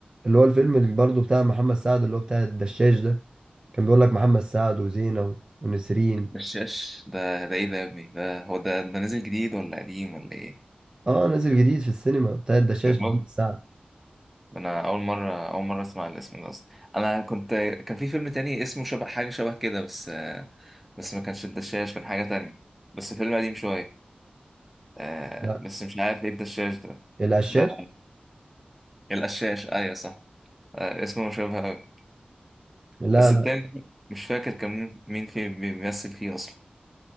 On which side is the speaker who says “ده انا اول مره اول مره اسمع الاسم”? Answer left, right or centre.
Centre